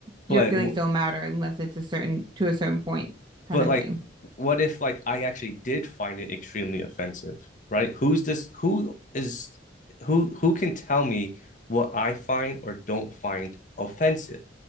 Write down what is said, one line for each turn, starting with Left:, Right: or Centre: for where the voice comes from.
Right: your
Left: but
Right: feelings don't matter unless it's a certain to a certain point kind
Left: but
Right: of
Left: like,
Right: thing.
Left: what if like I actually did find it extremely offensive, right? Who's this? Who is who? Who can tell me what I find or don't find offensive?